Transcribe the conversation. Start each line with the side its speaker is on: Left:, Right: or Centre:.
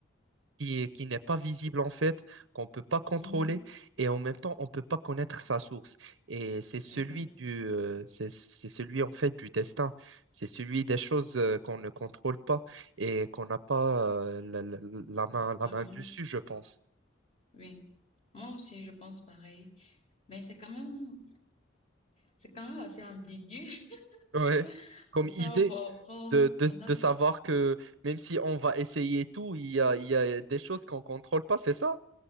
Right: qui, qui n'est pas visible en fait, qu'on ne peut pas contrôler
Left: Mhm,
Right: et en même temps on ne peut pas connaître sa source. Et c'est celui
Left: Ouais. exact.
Right: du, euh, c'est, c'est celui en fait du destin, c'est celui des choses euh, qu'on ne contrôle pas et qu'on n'a pas euh, la, la- la main,
Left: Vraiment.
Right: la main dessus, je pense.
Left: Oui. Moi aussi, je pense pareil. Mais c'est quand même C'est quand même assez ambigu
Right: Ouais.
Left: <laughs>
Right: Comme
Left: parce qu'on
Right: idée.
Left: va- on,
Right: De,
Left: va-
Right: de,
Left: on a
Right: de savoir que même si on va essayer tout, il y a, il y a des choses qu'on ne contrôle pas, c'est ça?